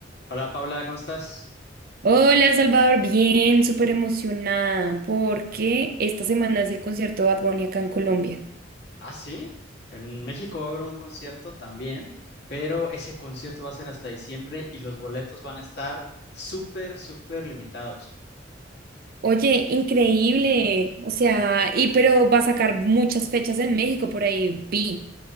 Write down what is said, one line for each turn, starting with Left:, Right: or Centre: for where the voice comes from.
Left: Hola Paula, ¿cómo estás?
Right: Hola Salvador, bien, súper emocionada porque esta semana es el concierto de Bad Bunny acá en Colombia.
Left: Ah, sí, en México va a haber un concierto también, pero ese concierto va a ser hasta diciembre y los boletos van a estar súper, súper limitados.
Right: Oye, increíble, o sea, y pero va a sacar muchas fechas en México por ahí, vi.